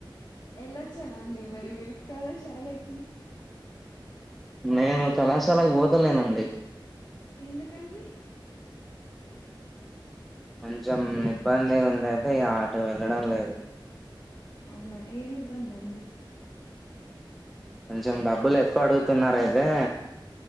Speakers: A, on the left; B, in the centre.
A: ఎలాొచ్చారా అండి మరి మీరు కళాశాలకి
B: నేను కళాశాలకు బోతలేనండి
A: ఎందుకండి
B: కొంచెం ఇబ్బంది ఉంది అయితే ఈ ఆట వెళ్ళడం లేదు
A: అవునా ఏమి ఇబ్బంది అండి
B: కొంచెం డబ్బులు ఎక్కువ అడుగుతున్నార అయితే